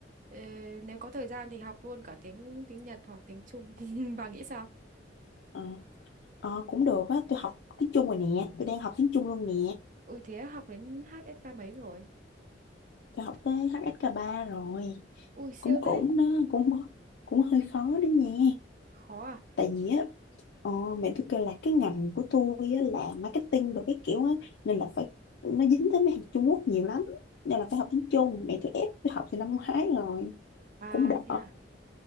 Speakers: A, on the right (about 45°); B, on the left (about 65°).
A: ờ, nếu có thời gian thì học luôn cả tiếng tiếng Nhật hoặc tiếng Trung. <laughs> Bà nghĩ sao?
B: Ờ, ờ, cũng được á, tôi học tiếng Trung rồi nè, tôi đang học tiếng Trung luôn nè.
A: Ui thế học đến HSK mấy rồi?
B: Tôi học tới HSK3 rồi.
A: Ui siêu
B: Cũng cũng
A: thế.
B: nó cũng cũng hơi khó đó nha.
A: Khó à?
B: Tại vì á Ờ, mẹ tôi kêu là cái ngành của tôi á, là marketing đồ cái kiểu á, nên là phải nó dính tới mấy hàng Trung Quốc nhiều lắm nên là phải học tiếng Trung mẹ tôi ép tôi học từ năm ngoái rồi
A: À
B: cũng đỡ
A: thế à?